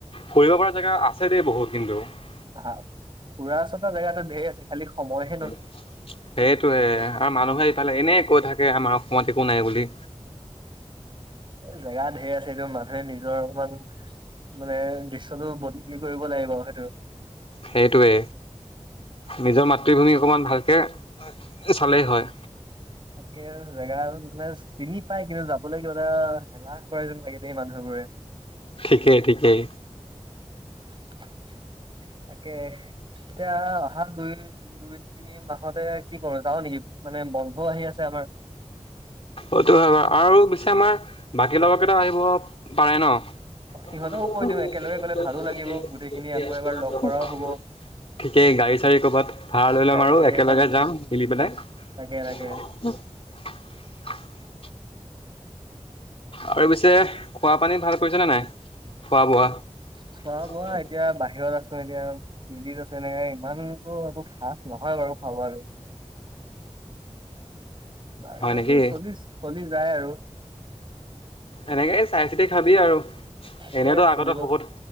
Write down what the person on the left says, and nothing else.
ফুৰিব পৰা জেগা আছে দেই বহুত। <unintelligible>
<unintelligible> সেইটোয়ে আৰু মানুহ <unintelligible> ইফালে এনে কৈ থাকে আমাৰ অসমত একো নাই বুলি।
সেইটোৱে
নিজৰ মাতৃভূমি অকমান ভালকে <unintelligible> চালেই হয়।
ঠিকেই ঠিকেই
অতু হ'ব। আৰু বিছা মা বাকী লগৰ কেটা আহিব পাৰে ন
<unintelligible>
ঠিকেই গাড়ী চাড়ী কৰবাত ভাড়া লৈ লম
আৰু
একেলগে
যাম মিলি পেলাই।
<unintelligible> আৰু পিছে খোৱা পানী ভাল কৰিছেনে নাই।? খোৱা বোৱা?
হয়
নেকি
এনেকেই চাই চিতি খাবি আৰু
এনেইতো আগতে
শকত